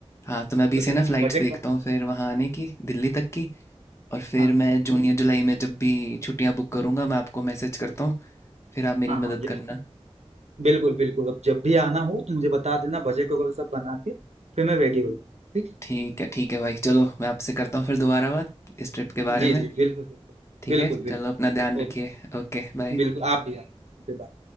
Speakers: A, on the left; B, on the right.
A: हाँ तो मैं अभी
B: तो
A: से
B: तुम
A: ना
B: अपना
A: फ्लाइट्स
B: बजट
A: देखता
B: बना
A: हूँ फिर वहाँ आने की दिल्ली तक की और फिर
B: हाँ हाँ
A: मैं जून या जुलाई में जब भी छुट्टियां बुक करूंगा मैं आपको मैसेज करता हूँ फिर आप मेरी
B: हाँ हाँ
A: मदद
B: जी
A: करना
B: बिल्कुल बिल्कुल अब जब भी आना हो तो मुझे बता देना बजट वगैरह सब बना के फिर मैं रेडी हो जाऊँ ठीक
A: ठीक है ठीक है भाई चलो मैं आपसे करता हूँ फिर दोबारा बात इस ट्रिप के बारे
B: जी जी
A: में
B: बिल्कुल
A: ठीक
B: बिल्कुल
A: है
B: बिल्कुल
A: चलो अपना ध्यान
B: बिल्कुल
A: रखिए Okay bye
B: बिल्कुल आप भी आप Okay bye.